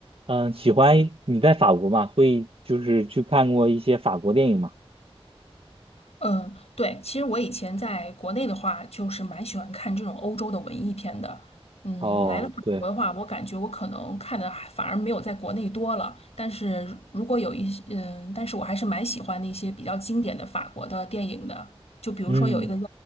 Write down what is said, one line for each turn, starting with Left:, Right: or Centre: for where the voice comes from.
Right: 嗯、喜欢你在法国嘛？会就是去看过一些法国电影嘛？
Left: 嗯，对，其实我以前在国内的话，就是蛮喜欢看这种欧洲的文艺片的。嗯，
Right: 哦，
Left: 来了法国的话，
Right: 对，
Left: 我感觉我可能看的还反而没有在国内多了。但是如果有一些，嗯，但是我还是蛮喜欢那些比较经典的法国的电影的。就比如说有一个叫
Right: 嗯，